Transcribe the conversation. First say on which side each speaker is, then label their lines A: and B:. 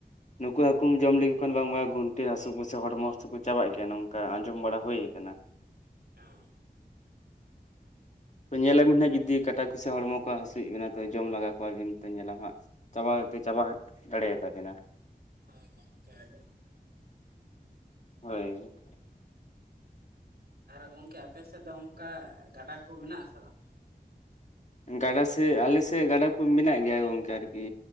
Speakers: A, on the left; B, on the right.
A: ᱱᱩᱠᱩ ᱦᱟᱹᱠᱩᱢ ᱡᱚᱢ ᱞᱮᱠᱚ ᱠᱷᱟᱱ ᱵᱟᱝᱢᱟ ᱜᱩᱱᱴᱮ ᱦᱟᱹᱥᱩ ᱠᱚ ᱥᱮ ᱦᱚᱲᱢᱚ ᱦᱟᱹᱥᱩ ᱠᱚ ᱪᱟᱵᱟᱜ ᱜᱮᱭᱟ ᱱᱚᱝᱠᱟ ᱟᱸᱡᱚᱢ ᱵᱟᱲᱟ ᱦᱩᱭ ᱠᱟᱱᱟ
B: <unintelligible>
A: ᱛᱚ ᱧᱮᱞ ᱟᱵᱤᱱ ᱦᱟᱸᱜ ᱡᱩᱫᱤ ᱠᱟᱴᱟ, ᱠᱚ ᱥᱮ ᱦᱚᱲᱢᱚ ᱠᱚ ᱦᱟᱹᱥᱩᱭᱮᱫ ᱵᱮᱱᱟ ᱛᱚ ᱡᱚᱢ ᱞᱟᱜᱟ ᱠᱚᱣᱟᱵᱤᱱ ᱛᱚ ᱧᱮᱞᱟᱢ ᱦᱟᱸᱜ ᱪᱟᱵᱟ ᱛᱮ ᱪᱟᱵᱟ ᱫᱟᱲᱮᱭᱟᱜ ᱛᱟᱵᱮᱱᱟ ᱾
B: ᱦᱳᱭ ᱜᱚᱝᱠᱮ ᱟᱹᱰᱤ
A: ᱦᱳᱭ᱾
B: ᱟᱨ ᱜᱚᱝᱠᱮ ᱟᱯᱮ ᱥᱮᱫ ᱫᱚ ᱚᱝᱠᱟ ᱜᱟᱰᱟ ᱠᱚ ᱢᱮᱱᱟᱜ ᱟᱥᱮ ᱵᱟᱝ
A: ᱜᱟᱰᱟ ᱥᱮᱜ ᱟᱞᱮᱥᱮᱫ ᱜᱟᱰᱟ ᱠᱚ ᱢᱮᱱᱟᱜ ᱜᱮᱭᱟ ᱜᱚᱝᱠᱮ ᱟᱨᱠᱤ